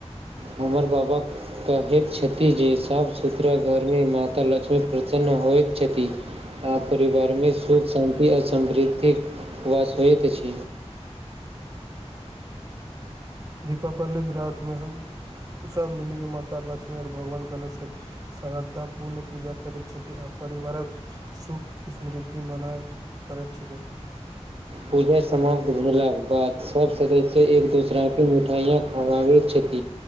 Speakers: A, on the right; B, on the right.
A: हमर बाबाक कह छथि जे साफ सुथरा घरमे मता लक्ष्मी प्रसन्न होइ छथ आ परिवार मे सुख शान्ति आ समृद्धिक वास होइत अछ
B: दीपावलीे रथमे ह सब मिली के माता लक्ष्मी आर भगवान गणे श्रद्धा पूर्ण पूजा करै छथि आ परिवार सुख समृद्धि मनायल करैत छथि
A: पूजा समाप्त भेलाक बाद सब सदस्य एक दोसरा के मिठाइयाँ खवाबे छथ